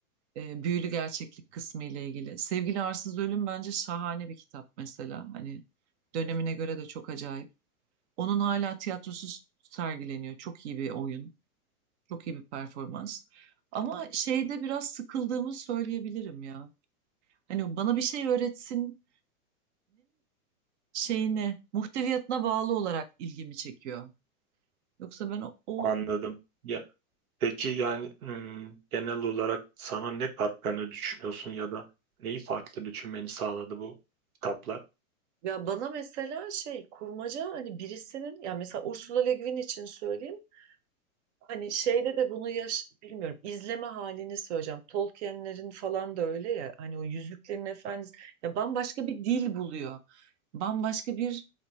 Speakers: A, on the right; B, on the right.
A: e, büyülü gerçeklik kısmı ile ilgili. Sevgili Arsız Ölüm bence şahane bir kitap mesela. Hani dönemine göre de çok acayip. Onun hala tiyatrosuz sergileniyor. Çok iyi bir oyun, çok iyi bir performans. Ama şeyde biraz sıkıldığımı söyleyebilirim ya. Hani bana bir şey öğretsinin şeyine, muhteviyatına bağlı olarak ilgimi çekiyor. Yoksa ben o, o-
B: Anladım. Ya, peki yani hmm, genel olarak sana ne katkını düşünüyorsun ya da neyi farklı düşünmeni sağladı bu kitaplar?
A: ya bana mesela şey kurmaca hani birisinin ya mesela Ursula Le Guin için söyleyeyim Hani şeyde de bunu yaş bilmiyorum izleme halini söyleyeceğim. Tolkien'lerin falan da öyle ya hani o Yüzüklerin Efendisi ya bambaşka bir dil buluyor. Bambaşka bir